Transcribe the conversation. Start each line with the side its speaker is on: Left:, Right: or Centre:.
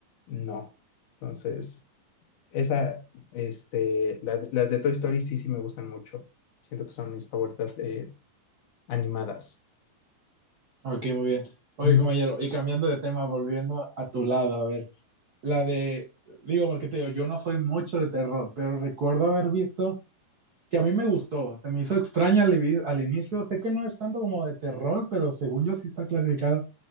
Left: no. Entonces, esa, este, la- las de Toy Story sí, sí me gustan mucho. Siento que son mis favoritas eh, animadas.
Right: Ok, muy bien. Oye,
Left: Mm.
Right: compañero, y cambiando de tema, volviendo a, a tu lado, a ver. la de, digo, porque te digo, yo no soy mucho de terror, pero recuerdo haber visto que a mí me gustó, se me hizo extraña al, ibi- al inicio, sé que no es tanto como de terror, pero según yo sí está clasificada.